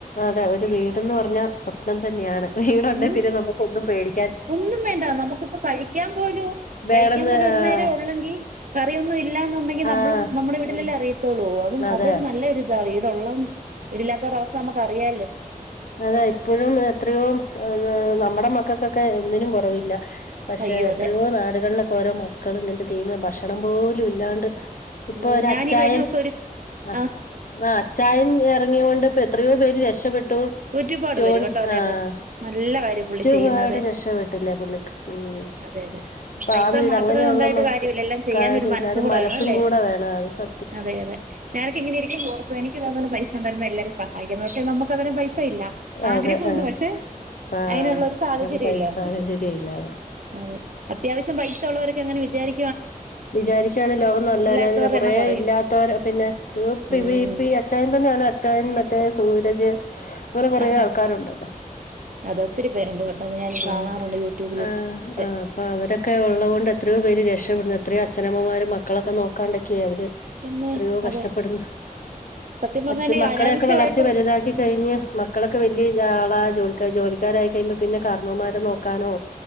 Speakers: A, on the left (about 65°); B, on the right (about 65°).
A: അതെ ഒരു വീട്ന്ന് പറഞ്ഞാ സ പ്നം തന്നെയാണ് വീടുണ്ടേ
B: ഉം
A: പിന്നെ നമുക്ക് ഒന്നും പേടി
B: ഒന്നും വേണ്ട നമുക്കിപ്പോ കഴിക്കാൻ പോലും
A: വേറെന്ന്
B: കഴിക്കാൻ പോലും ഒരു
A: ആഹ്
B: നേരം ഉള്ളെങ്കിൽ കറിയൊന്നും ഇല്ല ലാന്നുണ്ടെങ്കി നമ്മളും
A: ആഹ്
B: നമ്മുടെ വീട്ടിലെല്ലേ
A: ഉം
B: അറിയത്തോള്ളൂ അതും
A: അതെ
B: അതൊരു നല്ല ഇതാണ് വിടെള്ള വീടില്ലാത്ത ഒരസ്ഥ നമക്ക് അറിയാ
A: അതാ ഇപ്പോഴും എത്രയോ നമ്മുടെ മക്കൾക്കൊക്കെ ഒന്നിനും കുറവില്ല പക്ഷെ
B: അയ്യോ
A: എത്രയോ
B: അതെ
A: നാടുകളിലൊക്കെ ഓരോ മക്കൾ ഇങ്ങത്തെ ടീമ് ഭക്ഷണം പോലും ഇല്ലാണ്ട് ഇപ്പൊ
B: ഓ
A: ഒരു
B: ഞാനീ
A: അച്ചായൻ
B: കഴിഞ്ഞ ദിവസം ഒരു
A: ആ
B: ആഹ്
A: ആ അച്ചായൻ ഇറങ്ങൊണ്ട് പ എത്രയോ പേര് രക്ഷപ്പെട്ടു
B: ഒരുപാട്
A: ജോണി
B: പേര് കേട്ടോ അതെ
A: ആഹ്
B: അതെ നല്ല കാര്യം പുള്ളി
A: ഒരുപാട്
B: ചെയ്യുന്നത്
A: രക്ഷപ്പെട്ടില്ലെ പുള്ളിക്ക് ഉം
B: അതെ അതെ
A: അപ്പൊ
B: പൈസ
A: ആ വീട്
B: മാത്രം
A: അങ്ങനെയുള്ള
B: ഉണ്ടായിട്ട്
A: മക്ക
B: കാര്യമില്ല എല്ലാം ചെയ്യാൻ
A: കാര്യുല്ല
B: ഒരു
A: അവരുടെ
B: കൂടെ
A: മനസ്സും
B: വേണം അല്ലേ
A: കൂടെ വേണം അ
B: അതെ അതെഞനക്കെ ഇങ്ങനെരിക്കുഓർക്കും എനിക്ക ഇതുപോലെ പൈസ ഉണ്ടായിരുന്ന എല്ലാരും സഹായിക്കാം പക്ഷെ നമുക്ക് അതിനെ പൈസ ഇല്ല
A: അതെ
B: ആഗ്രഹമുണ്ട്
A: ആഹ്
B: പക്ഷെ
A: സാ
B: അതിനുള്ള ഒരു സാഹചര്യം
A: നല്ല പൈസ
B: ഇല്ല നമുക്ക്
A: സാഹചര്യം ഇല്ലാതെ
B: അതെ അത്യാവശ്യം പൈസ ഉള്ളവരൊക്കെ അങ്ങനെ വിചാരി
A: വിചാരികാണ് ലോകം നല്ലെ
B: ഇല്ലാത്തവരുടെ
A: കൊറേ
B: എണ്ണം കുറയും
A: ഇല്ലാത്തവര് പിന്നെത്രയോ
B: ഉം
A: വിപ്പി അച്ച്ചായൻ തന്നെ ഞാന് അച്ചായൻ മറ്റേ സൂര്യ അങ്ങനെ കൊറെേ
B: ആഹാ
A: ആൾക്കാരുണ്ട് ല്ലോ
B: അത് ഒത്തിരി പേരുണ്ട് കേട്ടോ അത് ഞാൻ കാണാറുണ്ട്
A: ആ
B: യൂട്യൂബിലും
A: ആ
B: ഒക്കെ
A: ആ അപ്പൊ അവരൊക്കെ ഉള്ളൊണ്ട് എത്രയോ പേര് രക്ഷപ്പെട്ന്ന് എത്രയോ അച്ഛനമ്മമാര മക്കളൊക്കെ നോക്കാണ്ടൊക്കെ അവര്
B: പിന്നെ
A: എത്രയോ കഷ്ടപ്പെടുന്നു
B: അതെ സത്യം പറഞ്ഞാല്
A: അച്ഛൻ മക്കളെയൊക്കെ
B: അനാവശ്യമായിട്ട്
A: വളർത്തി വലുതാക്കി കഴിഞ്ഞ് മക്കളൊക്കെ വല്ല്യ ആളായി ജോലി ക്കെ ജോലിക്കാരായി കഴിയുമ്പ പിന്നെ കാർന്നൊന്മാരെ നോക്കാനോ